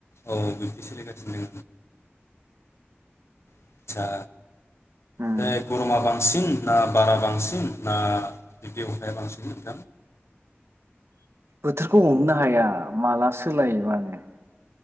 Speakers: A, on the left (about 80°); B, on the right (about 70°).
A: औ बिब्दि सोलिगासिनो दङ आटचा।
B: उम
A: बे गरमा बांसिन ना बारा बांसिन। ना <inaudible>
B: बोथोरखौ हमनो हाया माला सोलायोबानो।